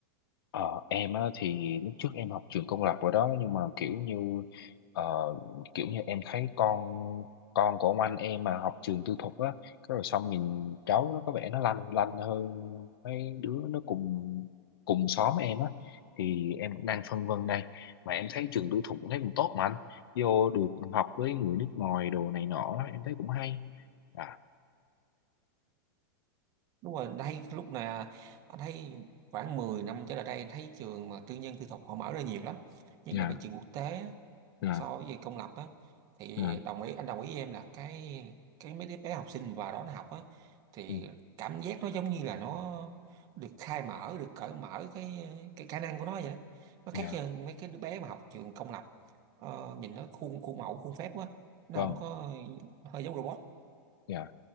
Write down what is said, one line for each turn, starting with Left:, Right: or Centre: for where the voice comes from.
Left: Ờ, em á, thì lúc trước em học trường công lập rồi đó nhưng mà kiểu như ờ, kiểu như em thấy con con của ông anh em mà học trường tư thục á cái rồi xong nhìn cháu nó có vẻ nó lanh lanh hơn mấy đứa nó cùng cùng xóm em á thì em cũng đang phân vân đây mà em thấy trường tư thục cũng thấy cũng tốt mà anh vô được học với người nước ngoài đồ này nọ em thấy cũng hay à
Right: Đúng rồi, anh thấy lúc nào anh thấy khoảng 10 năm trở lại đây anh thấy trường mà tư nhân tư thục họ mở ra nhiều lắm. Nhất
Left: dạ
Right: là mấy trường quốc tế á.
Left: dạ
Right: so với về công lập á thì
Left: dạ
Right: đồng ý anh đồng ý với em là cái cái mấy đứa bé học sinh vào đó nó học á thì
Left: ừ,
Right: cảm giác nó giống như là nó được khai mở được cởi mở cái cái khả năng của nó vậy đó nó
Left: dạ
Right: khác hơn mấy cái đứa bé mà học trường công lập ờ, nhìn nó khuôn khuôn mẫu khuôn phép quá nó
Left: vâng
Right: không có hơi giống robot
Left: dạ